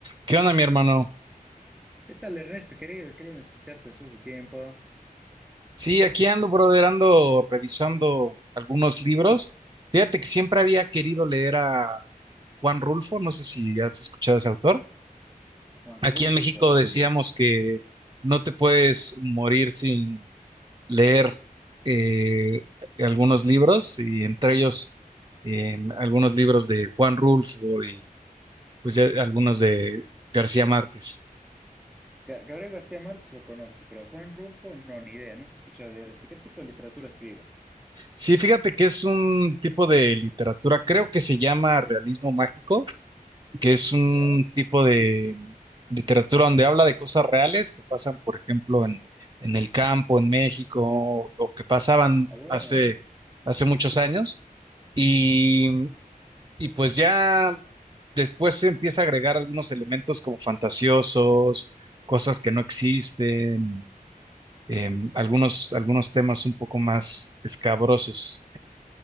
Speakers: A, on the right; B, in the centre.
A: ¿Qué onda, mi hermano?
B: ¿Qué tal, Ernesto? Querido, querido escucharte después de tiempo.
A: Sí, aquí ando, brother, ando revisando algunos libros. Fíjate que siempre había querido leer a Juan Rulfo, no sé si has escuchado a ese autor.
B: Juan
A: Aquí
B: Rulfo.
A: en México decíamos que no te puedes morir sin leer eh, algunos libros, y entre ellos eh, algunos libros de Juan Rulfo y pues ya algunos de García Márquez.
B: Ga- Gabriel García Márquez lo conozco, pero Juan Rulfo no, ni idea, nunca he escuchado de él. Este, ¿Qué tipo de literatura escribe?
A: Sí, fíjate que es un tipo de literatura, creo que se llama realismo mágico, que es un
B: Ya.
A: tipo de mm, literatura donde habla de cosas reales que pasan, por ejemplo, en, en el campo, en México, o que pasaban
B: Ah, bueno.
A: hace, hace muchos años. Y, mm, y pues ya después se empieza a agregar algunos elementos como fantasiosos, cosas que no existen, em, algunos, algunos temas un poco más escabrosos.